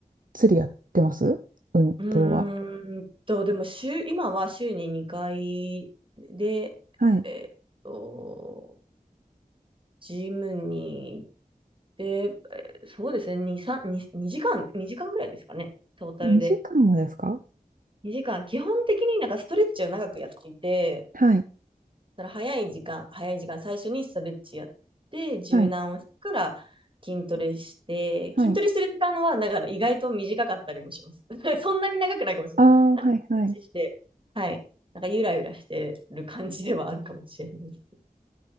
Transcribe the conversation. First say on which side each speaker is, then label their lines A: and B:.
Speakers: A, on the right; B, on the right.
A: つりやってます運動は。
B: うーんと、でも週、今は週に2回で、
A: はい。
B: えっと、ジムに行って、えそうですね、2、3、2、2時間、2時間ぐらいですかね、トータルで。
A: 2時間もですか
B: 2時間、基本的になんかストレッチを長くやっていて、
A: はい。
B: だから早い時間、早い時間、最初にストレッチやって、柔軟をしてから筋トレして、
A: はい。はい。
B: 筋トレする時間は、だから意外と短かったりもします。<laughs> そんなに長くないかもしれないなんか、
A: ああ、はい。はい。
B: ストレッチして、はい。なんか、ゆらゆらしてる感じではあるかもしれない。